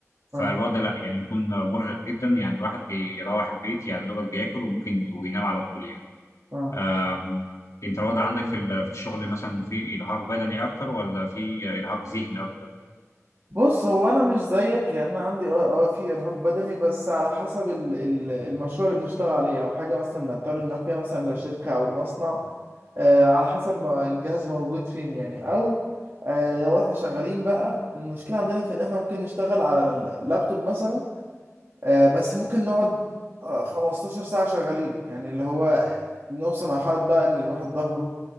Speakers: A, on the right; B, on the left.
A: اه
B: فالوضع لا يعني بيكون مرهق جدا يعني الواحد بيروح البيت يعني دوبك بياكل وممكن وينام على طول يعني
A: آه.
B: أم، انت الوضع عندك في ال- في الشغل مثلا في ارهاق بدني اكتر ولا في ارهاق ذهني اكتر
A: بص هو انا مش زيك يعني انا عندي اه اه في ارهاق بدني بس على حسب ال ال المشروع اللي بنشتغل عليه لو حاجه مثلا نضطر نروح فيها مثلا لشركه او مصنع آه على حسب ما الجهاز موجود فين يعني او آه لو احنا شغالين بقى المشكله عندنا في ان احنا ممكن نشتغل على ال- اللابتوب مثلا آه بس ممكن نقعد آه 15 ساعه شغالين يعني اللي هو آه، نوصل مرحله بقى ان الواحد ظهره